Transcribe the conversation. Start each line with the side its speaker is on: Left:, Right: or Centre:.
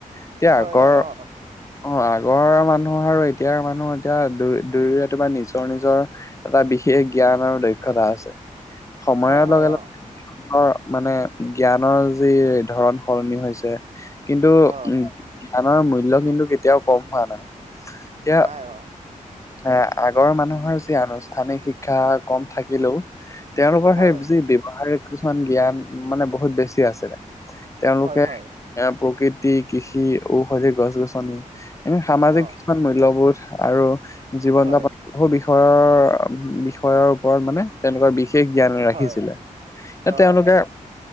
Left: এতিয়া
Right: হয়
Left: আগৰ
Right: হয় অ
Left: অ আগৰ মানুহ আৰু এতিয়া মানুহ এতিয়া দুই- দুয়োৰে তোমাৰ নিজৰ - নিজৰ এটা বিশেষ জ্ঞান আৰু দক্ষতা আছে। সময়ৰ
Right: হয় হয়
Left: লগে - লগে
Right: অ
Left: ৰ মানে জ্ঞানৰ যি ধৰণ সলনি হৈছে কিন্তু
Right: অ
Left: উম গানৰ মূল্য কিন্তু কেতিয়াও কম হোৱা নাই। এতিয়া
Right: নাই অ
Left: এ আগৰ মানুহৰ যি আনুষ্ঠানিক শিক্ষা কম থাকিলেও তেওঁলোকৰ
Right: হয়
Left: সেই যি ব্যৱহাৰিক কিছুমান জ্ঞান মানে বহুত বেছি আছিলে। তেওঁলোকে
Right: হয় হয়
Left: এ প্ৰকৃতি, কৃষি, ঔষধি গছ - গছনি এনে সামাজিক
Right: অ
Left: কিছুমান মূল্যবোধ আৰু জীৱন
Right: হয়
Left: যাপন বহু বিষয়ৰ - বিষয়ৰ ওপৰত মানে তেওঁলোকৰ বি বিশেষ জ্ঞান ৰাখিছিলে
Right: হয় অ
Left: তেওঁলোকে